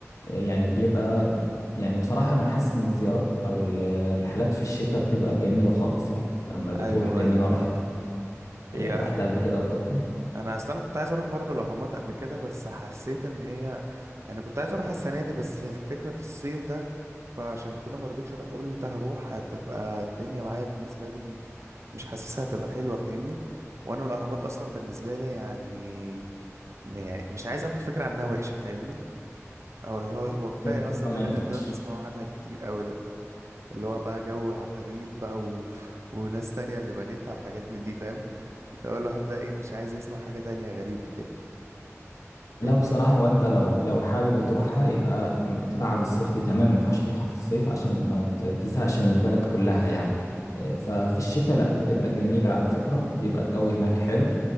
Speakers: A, on the left; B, on the right.
A: آه، يعني بيبقى يعني بصراحة انا حاسس ان الزيارات او ال- الرحلات في الشتاء بتبقى جميلة خالص يعني لما بتروح
B: ايوه
A: لان
B: ايوه
A: انا
B: فهمت
A: رحت
B: هي
A: آه، رحت قبل كده برضه
B: انا اصل انا كنت عايز اروح برضو الاهرامات قبل كده بس حسيت ان هي انا كنت عايز اروح السنه دي بس الفكره في الصيف ده فعشان كده ما رضيتش اروح قلت هروح هتبقى الدنيا معايا بالنسبه لي مش حاسسها هتبقى حلوه فاهمني وانا الاهرامات اصلا بالنسبه لي يعني م- يعني مش عايز اخد فكره عنها وحشه فاهمني او اللي هو هو كفايه
A: آه،
B: اصلا
A: هو ما
B: اللي
A: ينفعش
B: احنا بنقعد نسمعه عنها كتير قوي ده اللي هو بقى جو عفاريت بقى و... وناس تانية اللي بنتها وحاجات من دي فاهم فهو الواحد ده ايه مش عايز يسمع حاجة تانية غريبة كده فاهمني
A: لا بصراحة هو أنت لو لو حابب تروحها يبقى م- تبعد الصيف دي تمام ما ينفعش تروحها في الصيف عشان ما ت- تزهقش من البلد كلها يعني آه، ففي الشتاء لا بتبقى جميلة على فكرة بيبقى الجو هناك حلو